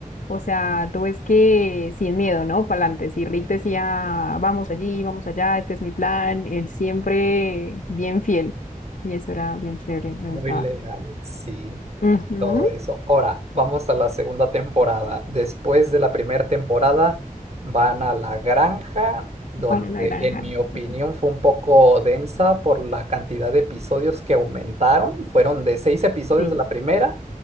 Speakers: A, on the left (about 70°); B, on the right (about 50°).
A: o sea, tú ves que sin miedo, ¿no? Para adelante. Si Rick decía, vamos allí, vamos allá, este es mi plan, él siempre bien fiel. Y eso era bien chévere, me
B: Muy
A: gustaba
B: legal,
A: harto.
B: sí.
A: Ujú.
B: Todo eso. Ahora, vamos a la segunda temporada. Después de la primera temporada, van a la granja, donde
A: Para la granja.
B: en mi opinión
A: Sí.
B: fue un poco densa por la cantidad de episodios que aumentaron. Fueron de seis episodios
A: Sí.
B: de la primera.